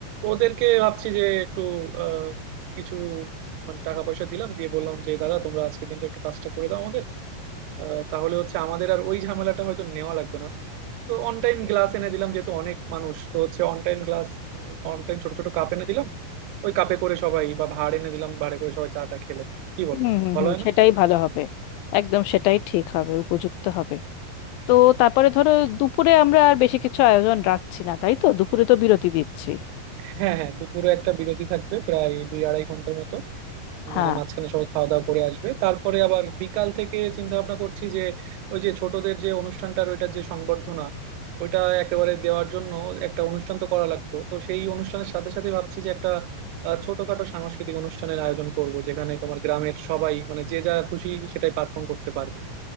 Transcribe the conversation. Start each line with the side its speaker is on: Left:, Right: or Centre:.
Right: ওদেরকে ভাবছি যে একটু আহ, কিছু মানে টাকা পয়সা দিলাম দিয়ে বললাম যে দাদা তোমরা আজকে দিনটা একটু কাজটা করে দাও আমাদের আহ, তাহলে হচ্ছে আমাদের আর ওই ঝামেলাটা হয়তো নেওয়া লাগবে না তো অন টাইম গ্লাস এনে দিলাম যেহেতু অনেক মানুষ তো হচ্ছে on time glass on time ছোট ছোট কাপ এনে দিলাম ওই কাপে করে সবাই বা ভাঁড় এনে দিলাম ভাঁড়ে করে সবাই চাটা খেলো কি বলো
Left: হুম হুম
Right: ভালো
Left: হুম
Right: হয় না
Left: সেটাই ভালো হবে একদম সেটাই ঠিক হবে উপযুক্ত হবে তো তারপরে ধরো দুপুরে আমরা আর বেশি কিছু আয়োজন রাখছি না তাই তো দুপুরে তো বিরতি দিচ্ছি
Right: হ্যাঁ হ্যাঁ দুপুরে একটা বিরতি থাকবে প্রায় দুই আড়াই ঘন্টার মতো
Left: হ্যাঁ
Right: মানে মাঝখানে সবাই খাওয়া দাওয়া করে আসবে তারপরে আবার বিকাল থেকে চিন্তা ভাবনা করছি যে ওই যে ছোটদের যে অনুষ্ঠানটা ওইটার যে সংবর্ধনা ওইটা একেবারে দেওয়ার জন্য একটা অনুষ্ঠান তো করা লাগতো তো সেই অনুষ্ঠানের সাথে সাথে ভাবছি যে একটা আহ, ছোটখাটো সাংস্কৃতিক অনুষ্ঠানের আয়োজন করব যেখানে তোমার গ্রামের সবাই মানে যে যা খুশি সেটাই পারফর্ম করতে পারবে